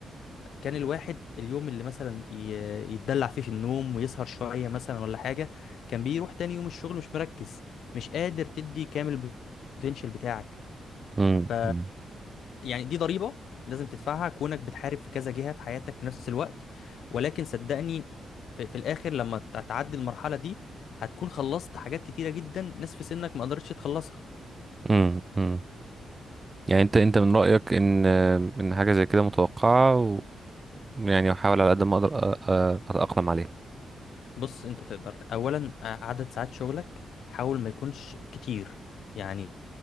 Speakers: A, on the left; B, on the right.
A: كان الواحد اليوم اللي مثلا ي- يتدلع فيه في النوم ويسهر شوية مثلا ولا حاجة كان بيروح تاني يوم الشغل مش مركز مش قادر تدي كامل البوتنشال بتاعك
B: امم
A: ف يعني دي ضريبة لازم تدفعها كونك بتحارب في كذا جهة في حياتك في نفس الوقت ولكن صدقني في, في الآخر لما ت- تعدي المرحلة دي هتكون خلصت حاجات كتيرة جدا ناس في سنك ما قدرتش تخلصها
B: امم امم يعني انت انت من رأيك ان ان حاجة زي كده متوقعة و- ويعني احاول على قد ما اقدر أ- أ- اتأقلم عليها
A: بص انت تقدر اولا آه، عدد ساعات شغلك حاول ما يكونش كتير يعني